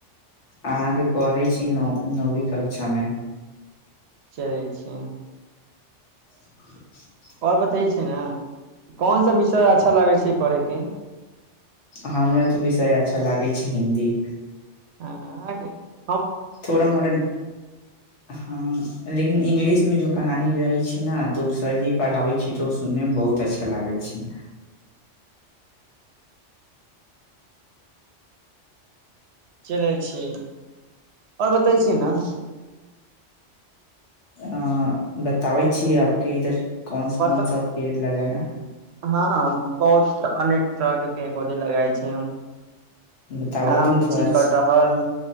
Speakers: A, on the left; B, on the right.
A: अहाँके पढ़ै छी न नौवीं कक्षामे
B: चलय छी
A: <inaudible>
B: आओर बते छै ने कोन सा विषय अच्छा लागे छै पढ़ेयके
A: हमरा तऽ विषय अच्छा लागय छै हिन्दी
B: हँ आ
A: थोड़ा मोडर्न हँ लेकिन इंग्लिश मे जो कहानी रहै छी ने तऽ ओ सरजी पढ़ाबै छी तऽ ओ सुनने मे बहुत अच्छा लागे छै
B: चलय छी आओर बतय छी ने
A: अ बताबै छियै आपके इधर कौन
B: बत
A: कौन सा पेड़ लगाया
B: हँ पौध अनेक तरहके पे पौधे लगाइ छै ह
A: बताबै
B: आम
A: तो
B: लीची
A: थोड़ा छी।
B: कटहल